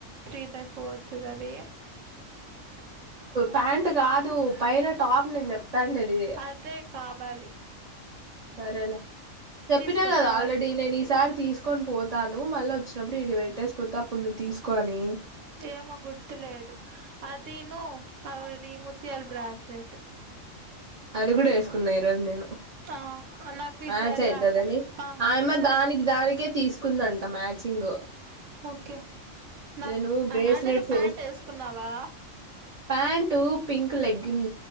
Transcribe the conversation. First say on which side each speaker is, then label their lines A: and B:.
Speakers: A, on the right; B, on the right.
A: త్రీ బై ఫోర్త్ అది
B: పాంట్ ట్ కాదు పైన టాప్ నేను చెప్తాండెది
A: అదే కావాలి
B: సరేలే చెప్పినా
A: తీసుకొస్తావా
B: కదా ఆల్రెడీ నేను ఈసారి తీసుకొని పోతాను మళ్ళ వచ్చి నప్పుడు ఈడ పెట్టేసిపోతా అప్పుడు నువు తీసుకో అనీ
A: ఏమో గుర్తులేదు అదిను అది ముత్యాల బ్రాస్లెట్
B: అది కూడా ఏసుకున్నా. ఈ రోజు నేను
A: ఆ నాకు
B: మ్యాచ్
A: ఈసారి
B: అయితదని
A: ఆ
B: ఆయమ్మ
A: ఈసారి
B: దానికి దానికే తీసు కుందంట మ్యాచింగ్
A: ఓకే నాకు
B: నేను బ్రేస్లెట్స్
A: అంటే నువ్వు పాంట్ ఏసుకున్నావా
B: ప్యాంట్ పింక్ లెగ్గిన్